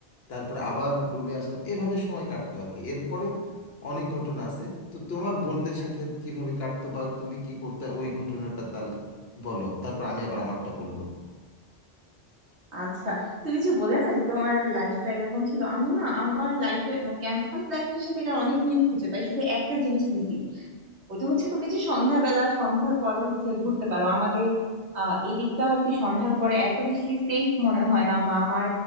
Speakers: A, on the left (about 65°); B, on the right (about 85°).
A: তারপরে আবার রুমে আসতাম এভাবে সময় কাটতো আর কি এরপরেও অনেক ঘটনা আছে তো তোমার বোনদের সাথে কিভাবে কাটতো বা তুমি কি করতে ওই ঘটনাটা তাহলে বলো তারপর আমি আবার আমারটা বলবো
B: আচ্ছা তুমি যে বলে না যে তোমার লাইফটা এরকম ছিল আমি না আমার লাইফে মানে ক্যাম্পাস লাইফের সাথে এটা অনেক মিল খুঁজে পাই শুধু একটা জিনিস মিসিং ওইটা হচ্ছে তুমি যে সন্ধ্যাবেলা সন্ধ্যার পরে হচ্ছে ঘুরতে পারো আমাদের আহ এদিকটা আর কি সন্ধ্যার পরে এত বেশি সেফ মনে হয় না বা আমার